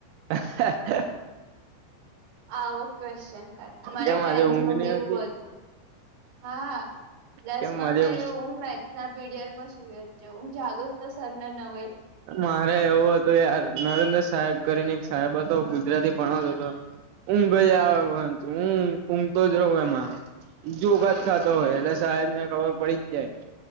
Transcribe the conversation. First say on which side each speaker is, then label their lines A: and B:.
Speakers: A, on the right (about 80°); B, on the right (about 60°).
A: હ
B: આવો ક્વેશ્ચન કરે મારે
A: કેમ
B: ટેન્થમાં
A: આજે ઊંઘ નહી
B: બીવું
A: આવતી?
B: હતું હા
A: કેમ
B: હ
A: મજા
B: મેથસ ના પીડિયડમાં સુ જ છે હું જાગુન તો સર ને ન હો
A: મારે એવું તો યાર નરેન્દ્ર સાહેબ કરીને સાહેબ હતો ગુજરાતી ભણાવતો હતો ઊંઘ આવે ઊઘ ઊંઘ તો જ રહું એમાં બીજુગત થતો હોય એટલે સાહેબ ને ખબર પડી જ જાય